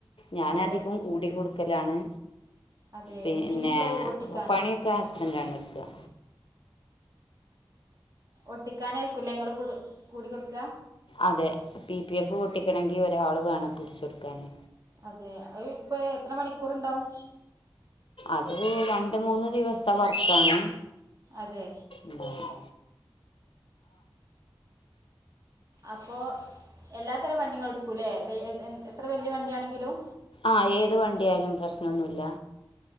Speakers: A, on the left; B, on the right.
A: ഞാൻ
B: അതെ
A: അധികം കൂടി കൊടുക്കലാണ്
B: അതെ
A: പിന്നെ
B: എന്തിന് നിങ്ങൾ ഒട്ടിക്കാനോ
A: പണിയൊക്കെ ഹസ്ബന്റാണ് എടുക്ക
B: ഒട്ടിക്കാനായിരിക്കുല്ലേ ങ്ങള് കുട് കൂടി കൊടുക്ക
A: അതെ പി പി എഫ് ഒട്ടിക്കണെങ്കി ഒരാള് വേണം പിടിച്ചൊടുക്കാന്
B: അതെ അ ഇപ്പേ എത്ര മണിക്കൂർ ഇണ്ടാവും
A: അത് രണ്ട് മൂന്ന് ദിവസത്തെ വർക്കാണ്
B: അതെ
A: ഉണ്ടാവുക
B: അപ്പൊ എല്ലാത്തരം വണ്ടികളും എടുക്കൂല്ലേ എത്ര വല്യ വണ്ടിയാണെങ്കിലും
A: ആ ഏത് വണ്ടി ആയാലും പ്രശനൊന്നുല്ല